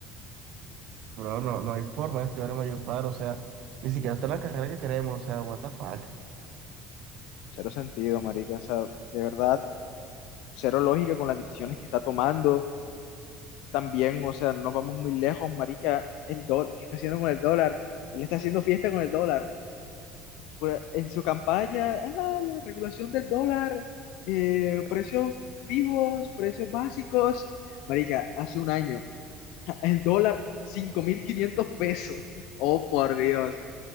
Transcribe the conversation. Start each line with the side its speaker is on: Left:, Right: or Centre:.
Right: bro, no, no hay forma de estudiar en Valledupar, o sea, ni siquiera está la carrera que queremos, o sea, what the fuck.
Left: Cero sentido, marica. O sea, de verdad, cero lógica con las decisiones que está tomando. También, o sea, no nos vamos muy lejos, marica, el dólar, ¿qué está haciendo con el dólar? Él está haciendo fiesta con el dólar. Por- En su campaña, ah, la regulación del dólar, eh, precios fijos, precios básicos. Marica, hace un año, <laughs> el dólar, 5.500 pesos. <laughs> Oh, por Dios.